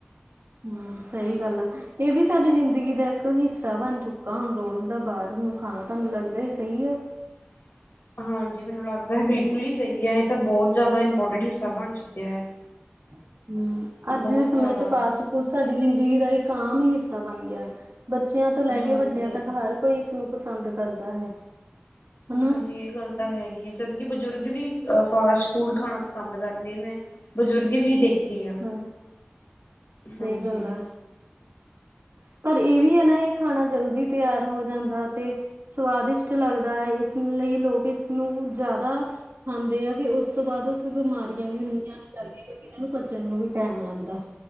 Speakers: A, on the right; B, on the left.
A: ਹੁੰ ਸਹੀ ਗੱਲ ਆ ਇਹ ਵੀ ਸਾਡੀ ਜ਼ਿੰਦਗੀ ਦਾ ਇੱਕ ਹਿੱਸਾ ਬਣ ਚੁੱਕਾ ਹੁਣ ਰੋਜ਼ ਦਾ ਬਾਹਰ ਨੂੰ ਖਾਣਾ ਤੁਹਾਨੂੰ ਲੱਗਦਾ ਹੀ ਸਹੀ ਆ।
B: <inaudible> ਹਾਂਜੀ ਮੈਨੂੰ ਲੱਗਦਾ ਹੈ, ਬਿਲਕੁਲ ਹੀ ਸਹੀ ਹੈ, ਇਹ ਤਾਂ ਬਹੁਤ ਜ਼ਿਆਦਾ ਇੰਪੋਰਟੈਂਟ ਹਿੱਸਾ ਬਣ ਚੁੱਕਿਆ ਹੈ
A: ਹੂੰ
B: ਬਹੁਤ
A: ਅੱਜ ਦੇ ਸਮੇਂ
B: ਜ਼ਿਆਦਾ
A: 'ਚ ਫਾਸਟ। ਫੂਡ, ਹੁਣ ਸਾਡੀ ਜ਼ਿੰਦਗੀ ਦਾ ਇੱਕ ਆਮ ਹੀ ਹਿੱਸਾ ਬਣ ਗਿਆ ਬੱਚਿਆਂ ਤੋਂ ਲੈ
B: ਹਾਂਜੀ।
A: ਕੇ ਵੱਡਿਆਂ ਤੱਕ ਹਰ ਕੋਈ ਨੂੰ ਪਸੰਦ ਕਰਦਾ ਹੈ। ਹਨਾ
B: ਹਾਂਜੀ ਇਹ ਗੱਲ ਤਾਂ ਹੈਗੀ ਹੈ ਜਦਕਿ ਬਜ਼ੁਰਗ ਵੀ ਅ ਫਾਸਟ ਫੂਡ ਖਾਉਣਾ ਪਸੰਦ ਕਰਦੇ, ਮੈਂ ਬਜ਼ੁਰਗ ਵੀ ਦੇਖ ਕਿ, ਆ
A: ਹਾਂਜੀ ਸਹੀ
B: ਹਾਂਜੀ।
A: ਗੱਲ ਆ ਪਰ ਇਹ ਵੀ ਹੈ ਨਾ ਇਹ ਖਾਣਾ ਜਲਦੀ ਤਿਆਰ ਹੋ ਜਾਂਦਾ ਤੇ ਸਵਾਦਿਸ਼ਟ ਲੱਗਦਾ ਹੈ ਇਸ ਲਈ ਲੋਕ ਇਸਨੂੰ ਜ਼ਿਆਦਾ ਖਾਂਦੇ ਆ ਫੇਰ ਉਸ ਤੋਂ ਬਾਅਦ ਉਹ ਫਿਰ ਬਿਮਾਰੀਆਂ ਵੀ ਲਗਦੀਆ ਇਹਨਾਂ ਨੂੰ ਪਚਣ ਨੂੰ ਵੀ ਟਾਈਮ ਲੱਗਦਾ